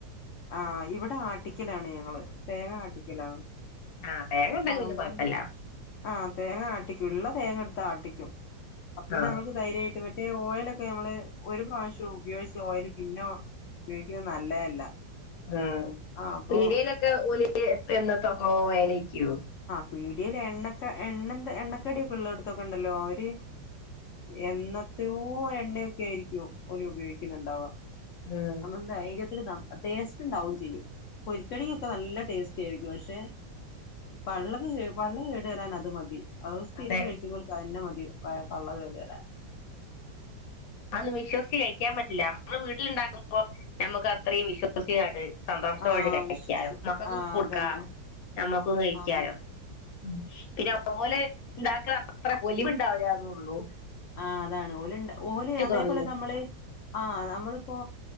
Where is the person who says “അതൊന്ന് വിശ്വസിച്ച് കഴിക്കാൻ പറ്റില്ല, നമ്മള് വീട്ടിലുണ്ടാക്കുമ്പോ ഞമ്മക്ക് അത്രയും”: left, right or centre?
Left